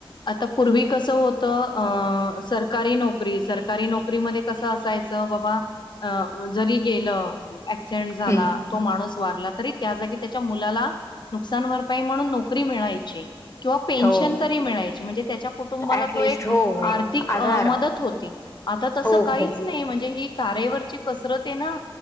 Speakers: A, on the left (about 50°); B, on the left (about 30°).
A: आता पूर्वी कसं होतं. अ सरकारी नोक सरकारी नोकरीमध्ये कसं असायचं बाबा अ जरी गेलं अऍक्सिडेंट झाला
B: हं.
A: तो माणूस वारला तरी त्या जागी त्याच्या मुलाला नुकसान भरपाई म्हणून नोक नोकरी मिळायची किंवा पेन्शन
B: हो
A: तरी मिळायच म्हणजे त्याच्या कुटुंबाला
B: ऍटलिस्ट
A: तो एक
B: हो
A: आर्थिक
B: आधार
A: मदत होती आता तसं
B: हो
A: काहीच
B: हो
A: नाही म्हणजे ही तारेवरची कसरत आहे ना